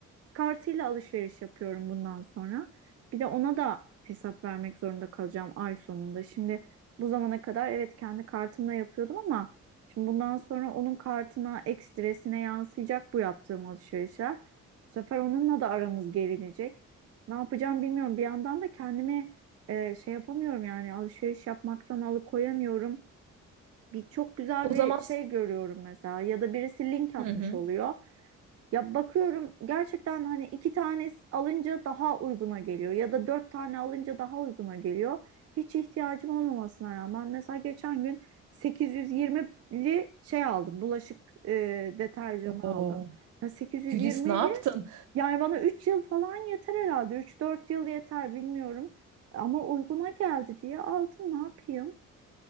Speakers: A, on the right; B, on the right.
A: kartıyla alışveriş yapıyorum bundan sonra. Bir de ona da hesap vermek zorunda kalacağım ay sonunda. Şimdi bu zamana kadar evet kendi kartımla yapıyordum ama şimdi bundan sonra onun kartına, ekstresine yansıyacak bu yaptığım alışverişler. Bu sefer onunla da aramız gerilecek. Ne yapacağım bilmiyorum. Bir yandan da kendimi e, şey yapamıyorum yani alışveriş yapmaktan alıkoyamıyorum. Bir çok güzel
B: O
A: bir
B: zaman
A: şey görüyorum mesela ya da birisi link atmış
B: Hı hı.
A: oluyor. Ya bakıyorum gerçekten hani iki tane alınca daha uyguna geliyor ya da dört tane alınca daha uyguna geliyor. Hiç ihtiyacım olmamasına rağmen mesela geçen gün 820'li şey aldım bulaşık e, deterjanı
B: o
A: aldım. Ya 820'li
B: Gülis ne yaptın?
A: yani bana 3 yıl falan yeter herhalde üç dört yıl yeter bilmiyorum ama uyguna geldi diye aldım ne yapayım?